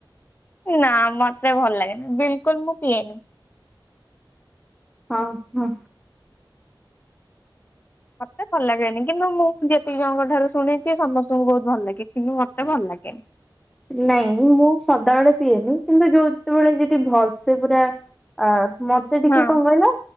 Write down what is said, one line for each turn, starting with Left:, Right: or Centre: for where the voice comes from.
Left: ନା ମ ଭଲ ଲାଗେନି ବିଲକୁଲ ମୁଁ ପିଏନି।
Centre: ହଁ ହଁ।
Left: ମତେ ଭଲ ଲାଗେନି କିନ୍ତୁ ମୁଁ ଯେତିକି ଜଣଙ୍କ ଠାରୁ ଶୁଣିଛି ସମସ୍ତଙ୍କୁ ବହୁତ ଭଲ ଲାଗେ କିନ୍ତୁ ମତେ ଭଲ ଲାଗେନି।
Centre: ନାଇଁ ମୁଁ ସଦାବେଳେ ପିଏନି କିନ୍ତୁ ଯୋଉତେବେଳେ ଯଦି ଭଲସେ ପୁରା ଅ ମତେ ଟିକେ
Left: ହଁ।
Centre: କଣ କହିଲ